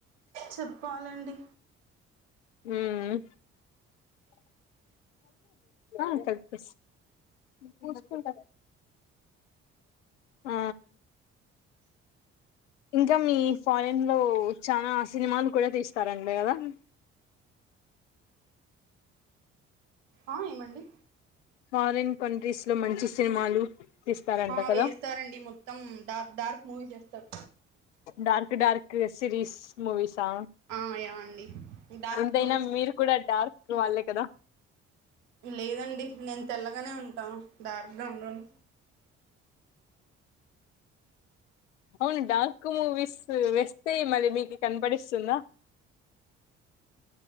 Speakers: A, on the right; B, on the left.
A: చెప్పాలండి
B: ఉమ్ ఆ కలిపేస్ <unintelligible> ఆ ఇంకా మీ ఫారెన్ లో చనాా సినిమాలు కూడా తీస్తారంట కదా <inaudible>
A: ఆ ఏమండి
B: ఫారిన్ కంట్రీస్ లో మంచి సినిమాలు తీస్తారంట
A: ఆ
B: కదా
A: వేస్తారంండి మొత్తం డార్క్ డార్క్ మూవీస్ వేస్తారు
B: డార్క్ డార్క్ సిరీస్ మూవీసా
A: ఆ యా అండి డార్క్
B: ఎంతైనా
A: మూవీస్
B: మీరు కూడా డార్క్ వాళ్ళే కదా
A: లేదండి నే తెల్లగానే ఉంటాం డార్క్గా ఉండను
B: అవును డాార్క్ మూవీస్ వేస్ స్తే మీరీ మీకి కనపడిస్తుందా